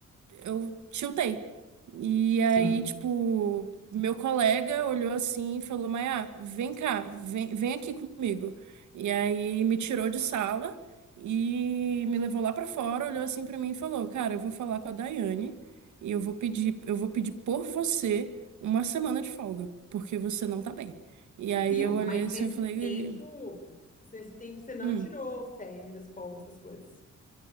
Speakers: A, on the right; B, on the left.
A: eu tiltei. E
B: Sim.
A: aí, tipo, meu colega olhou assim e falou: Maia, vem cá, vem, vem aqui comigo. E aí me tirou de sala e me levou lá pra fora, olhou assim pra mim e falou: Cara, eu vou falar com a Daiane e eu vou pedir, eu vou pedir por você uma semana de folga, porque você não tá bem. E aí
B: Viu?
A: eu olhei
B: Mas
A: assim
B: nesse
A: e falei.
B: tempo, nesse tempo você não
A: "Hum,
B: tirou férias, folga, essas coisas.